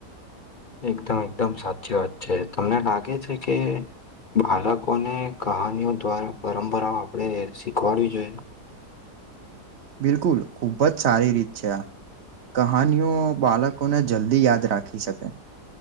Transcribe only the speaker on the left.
એકદમ એકદમ સાચી વાત છે તમને લાગે છે કે બાળકોને કહાનીઓ દ્વારા પરંપરાઓ આપણે શીખવાડવી જોઈએ.